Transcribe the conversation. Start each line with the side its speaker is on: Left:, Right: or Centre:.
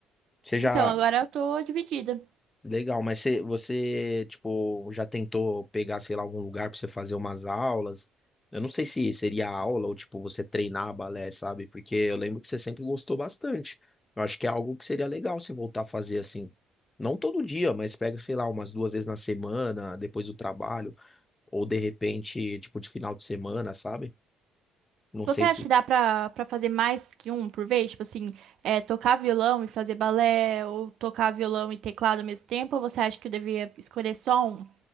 Left: Você já
Right: Então, agora eu tô dividida.
Left: Legal, mas você, você, tipo, já tentou pegar, sei lá, algum lugar pra você fazer umas aulas? Eu não sei se seria aula ou, tipo, você treinar balé, sabe? Porque eu lembro que você sempre gostou bastante. Eu acho que é algo que seria legal você voltar a fazer assim. Não todo dia, mas pega, sei lá, umas duas vezes na semana, depois do trabalho, ou de repente, tipo, de final de semana, sabe? Não
Right: Você
Left: sei
Right: acha
Left: se
Right: que dá pra, pra fazer mais que um por vez? Tipo assim, é, tocar violão e fazer balé, ou tocar violão e teclado ao mesmo tempo? Ou você acha que eu devia escolher só um?